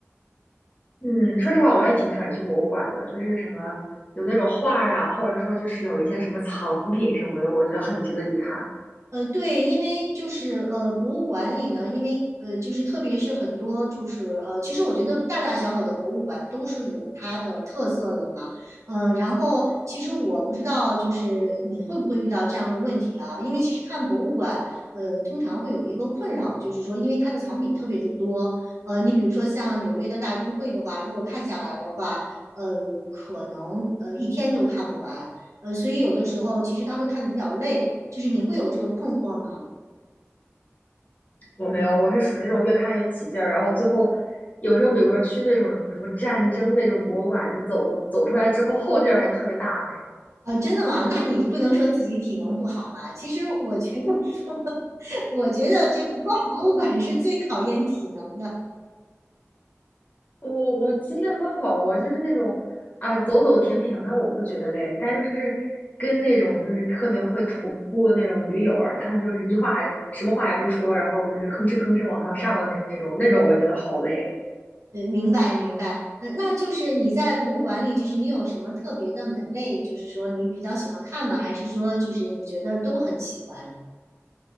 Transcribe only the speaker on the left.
嗯，说实话，我也挺喜欢去博物馆的，就是什么有那种画呀，或者说就是有一些什么藏品什么的，我觉得很值得一看。
我没有，我是属于那种越看越起劲儿，然后最后有时候比如说去那种什么战争那种博物馆，走走出来之后后劲儿还特别大那种。
我我其实还好，我就是那种啊走走停停的，我不觉得累。但就是跟那种就是特别会徒步那种驴友儿，他们就是一话还什么话也不说，然后就是吭哧吭哧往上上的那那种，那种我觉得好累。